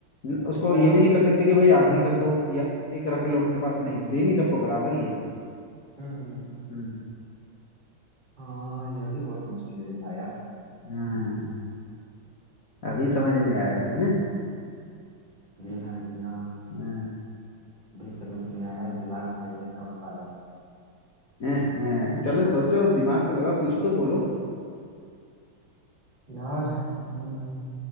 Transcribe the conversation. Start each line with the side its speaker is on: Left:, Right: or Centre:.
Left: न- उसको
Right: बराबर
Left: ये भी नहीं
Right: दे-
Left: कर सकते कि भाई आधी कर दो या एक रख लो अपने पास नहीं देनी सबको बराबर ही है
Right: हम्म हम्म।
Left: हम्म
Right: हाँ यह भी बहुत मुश्किल है पाया
Left: हाँ, अभी समझ में आया है
Right: जी हाँ जी हाँ
Left: हाँ,
Right: भी समझ में आया और दिमाग मैंने कम पाया
Left: हैं, हैं। चलो सोचो दिमाग तो लगा कुछ तो बोलो
Right: यार हम्म,